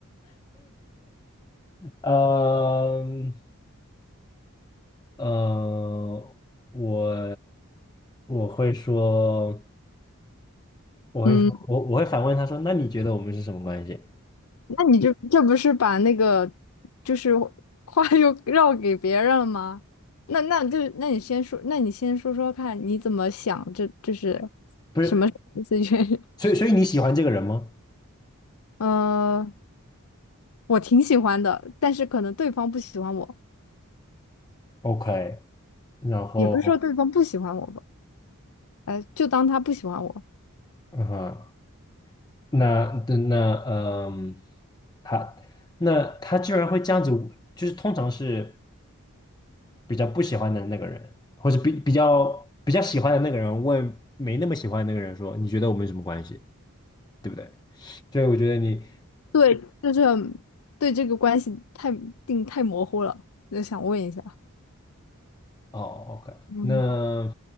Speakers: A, on the left; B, on the left.
A: 嗯呃，我我会说，我会说，
B: 嗯，
A: 我我会反问他说，那你觉得我们是什么关系？
B: 那你就这不是把那个就是话又 <laughs> 绕给别人了吗？那那就那你先说，那你先说说看，你怎么想这？这是
A: 不是，
B: <laughs> situation。
A: 所以所以你喜欢这个人吗
B: 呃，我挺喜欢的，但是可能对方不喜欢我，
A: ？OK，然后
B: 也不是说对方不喜欢我吧，哎，就当他不喜欢我。
A: 嗯哼，那那那嗯，他那他居然会这样子，就是通常是。比较不喜欢的那个人，或者比比较比较喜欢的那个人问没那么喜欢的那个人说，你觉得我们什么关系，对不对？所以我觉得你
B: 对，就是对这个关系太定太模糊了，就想问一下，
A: 哦，OK，
B: 嗯，
A: 那